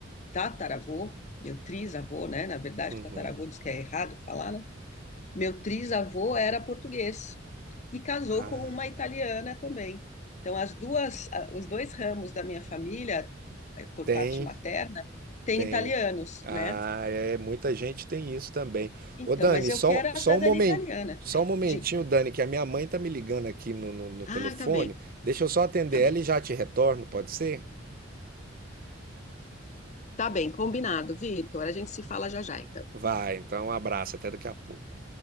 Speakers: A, on the left; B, on the right.
A: tataravô, meu trisavô, né, na verdade,
B: Uhum.
A: tataravô diz que é errado falar, né? Meu trisavô era português e casou
B: Ah,
A: com uma italiana também. Então, as duas, a- os dois ramos da minha família, eh, por
B: tem,
A: parte materna, têm
B: tem.
A: italianos,
B: Ah,
A: né?
B: é, muita gente tem isso também.
A: Então,
B: Ô Dani,
A: mas
B: só,
A: eu quero a
B: só
A: cidadania
B: um momento,
A: italiana.
B: só um momentinho,
A: Diga.
B: Dani, que a minha mãe tá me ligando aqui no, no, no telefone.
A: Ah, tá bem.
B: Deixa eu só atender
A: Tá
B: ela
A: bem.
B: e já te retorno, pode ser?
A: Tá bem, combinado, Vitor. A gente se fala já já, então.
B: Vai, então um abraço, até daqui a pouco.